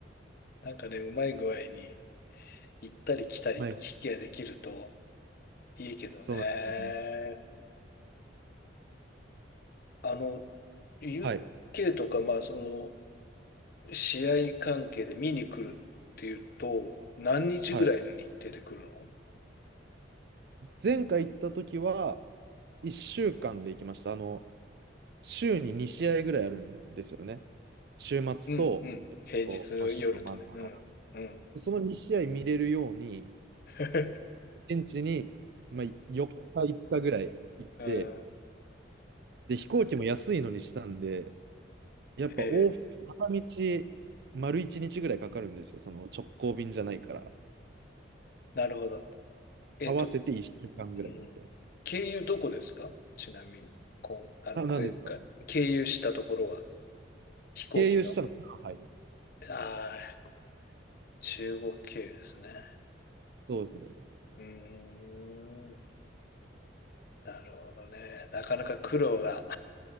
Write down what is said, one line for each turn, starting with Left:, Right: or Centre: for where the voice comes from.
Left: なんかね、うまい具合に行ったり来たり行き来ができると
Right: はい。
Left: いいけどね。
Right: そうなんですよね。
Left: あの、UK
Right: はい。
Left: とか、まあ、その、試合関係で見に来るっていうと、何日ぐらいの日程で来るの
Right: はい。前回行った時は、1週間で行きました。あの、週に2試合ぐらいあるんですよね。週末と、
Left: うん、うん。
Right: えっと、
Left: 平日の夜とね。
Right: まあ、週の真ん中だ
Left: うん、うん。
Right: でその2試合見れるように、
Left: <laughs>
Right: 現地に、まあ、4日、5日ぐらい行って、
Left: うん、
Right: で、飛行機も安いのにしたんで、やっぱ往復、
Left: へえ、
Right: 片道、丸1日ぐらいかかるんですよ。その直行便じゃないから。
Left: なるほど。えっと、
Right: 合わせて1週間ぐらいみたい
Left: うん、経由どこですかちなみに、こん、あの、
Right: な。あ、なんですか
Left: 前回、経由したところは、飛行機の、
Right: 経由したの上海。
Left: ああ、中国経由ですね。
Right: そうですね。
Left: うーん、なるほどね。なかなか苦労が